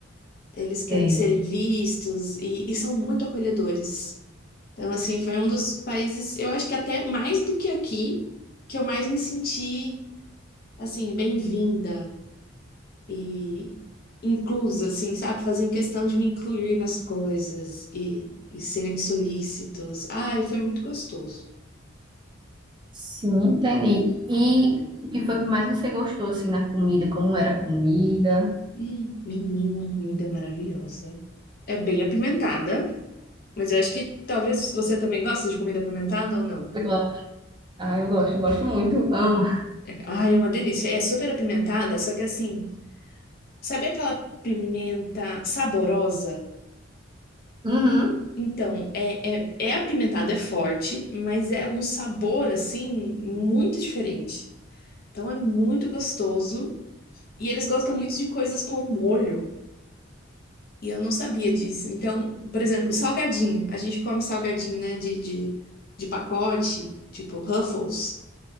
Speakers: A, on the left; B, on the right.
A: Eles querem
B: Sim.
A: serem vistos e, e são muito acolhedores. Então, assim, foi um dos países, eu acho que até mais do que aqui, que eu mais me senti, assim, bem-vinda e inclusa, assim, sabe? Faziam questão de me incluir nas coisas e, e serem solícitos. Ai, foi muito gostoso.
B: Sim, entendi. E o que foi que mais você gostou, assim, na comida? Como era a comida?
A: Hum, Menina, a comida é maravilhosa. É bem apimentada, mas eu acho que talvez você também goste de comida apimentada ou não.
B: Eu gosto. Ah, eu gosto, eu gosto muito. Amo.
A: Ai, é uma delícia. É super apimentada, só que assim, sabe aquela pimenta saborosa?
B: Uhum,
A: Então, é, é, é apimentado, é forte, mas é um sabor, assim, muito diferente. Então é muito gostoso. E eles gostam muito de coisas com molho. E eu não sabia disso. Então, por exemplo, salgadinho. A gente come salgadinho, né? De, de, de pacote, tipo Ruffles.